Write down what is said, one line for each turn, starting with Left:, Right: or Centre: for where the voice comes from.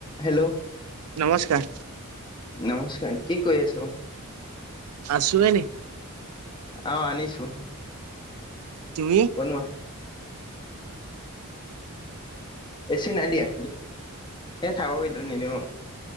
Left: Hello
Right: নমস্কাৰ
Left: নমস্কাৰ কি কৈ আছ
Right: আছু এনেই
Left: আহ আনিছো
Right: তুমি?
Left: বন এ চি নাই দিয়া এ থাক কেইডাল নিদিম